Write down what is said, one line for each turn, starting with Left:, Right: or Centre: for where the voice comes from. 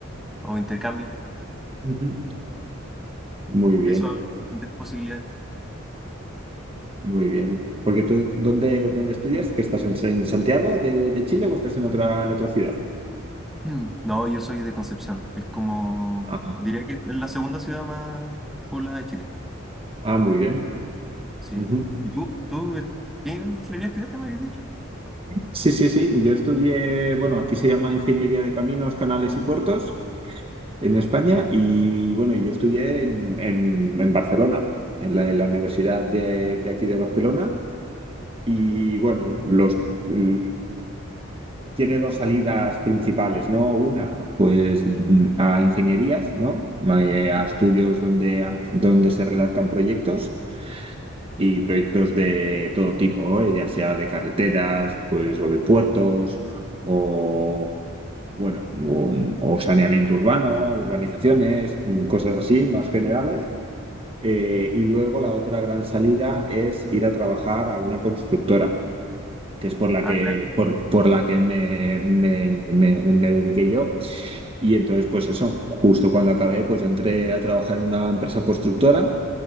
Centre: o intercambios,
Right: Ujú. Muy
Centre: porque
Right: bien,
Centre: eso abre bastantes posibilidades.
Right: muy bien. Porque tú, ¿dónde, dónde estudias? ¿Que estás en, en Santiago de, de Chile o estás en otra, en otra ciudad?
Centre: Mm. No, yo soy de Concepción, es como,
Right: Ah,
Centre: diría que es la segunda ciudad más poblada de Chile,
Right: ah, muy bien.
Centre: sí.
Right: Ujú.
Centre: ¿Y tú? ¿Tú eh, qué ingeniería estudiaste, me habías dicho?
Right: Sí, sí, sí. Yo estudié, bueno, aquí se llama Ingeniería de Caminos, Canales y Puertos. en España y bueno, yo estudié en, en- en Barcelona, en la, en la Universidad de, de aquí de Barcelona y bueno, los, mm, tiene dos salidas principales, ¿no? Una, pues mm, a ingenierías, ¿no? Eh, A
Centre: Sí.
Right: estudios donde, donde se redactan proyectos y proyectos de todo tipo, ¿eh? ya sea de carreteras, pues, o de puertos, o bueno, o, o saneamiento urbano, urbanizaciones, mm, cosas así más generales. Eh, y luego la otra gran salida es ir a trabajar a una constructora, que es por la
Centre: Ah,
Right: que,
Centre: claro.
Right: por, por la que me, me, me- me dediqué yo. Y entonces, pues eso, justo cuando acabé, pues entré a trabajar en una empresa constructora,